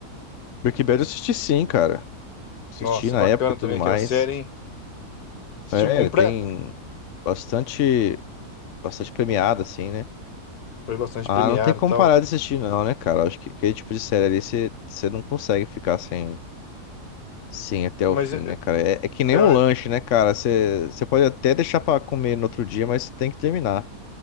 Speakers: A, on the left; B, on the left.
A: Breaking Bad eu assisti sim, cara. Assisti
B: Nossa,
A: na
B: é bacana
A: época e tudo
B: também
A: mais.
B: aquela série, hein? Assistiu
A: É,
B: completa?
A: ele tem bastante. Bastante premiado, assim, né?
B: Foi bastante
A: Ah,
B: premiada
A: não tem como
B: e tal.
A: parar de assistir, não, né, cara? Acho que aquele tipo de série ali você você não consegue ficar sem. Sim, até o
B: Mas
A: fim,
B: é, é-
A: né, cara? É, é que nem
B: é
A: um lanche, né, cara? Você você pode até deixar pra comer no outro dia, mas você tem que terminar.